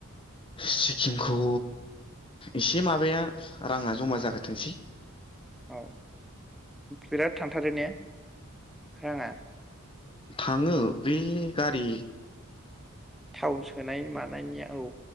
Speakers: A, on the left (about 25°); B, in the centre.
A: सिक्किमखौ एसे माबाया राङा जमा जाग्रोथोंसै।
B: औ बिराद थांथारो ने? राङा?
A: थाङो बे गारि
B: थाव सोनाय मानायनिया औ।